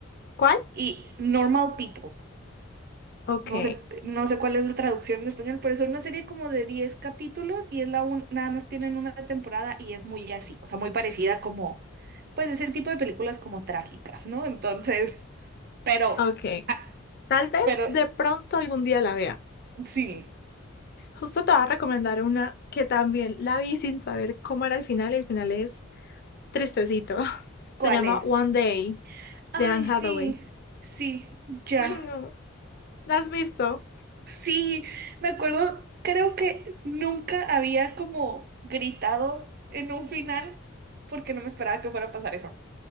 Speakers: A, on the left; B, on the right.
A: ¿Cuál?
B: y Normal People.
A: Ok,
B: No sé, no sé cuál es la traducción en español, pero es una serie como de 10 capítulos y es la un, nada más tienen una temporada y es muy así, o sea, muy parecida como, pues ese tipo de películas como trágicas, ¿no? Entonces, pero,
A: ok.
B: ah,
A: Tal vez
B: pero
A: de pronto algún día la vea.
B: sí,
A: Justo te voy a recomendar una que también la vi sin saber cómo era el final y el final es tristecito. <laughs>
B: ¿cuál
A: Se llama
B: es?
A: One Day
B: Ay,
A: de Anne
B: sí,
A: Hathaway.
B: sí, ya,
A: Ay, no. ¿La has visto?
B: sí, me acuerdo, creo que nunca había como gritado en un final porque no me esperaba que fuera a pasar eso.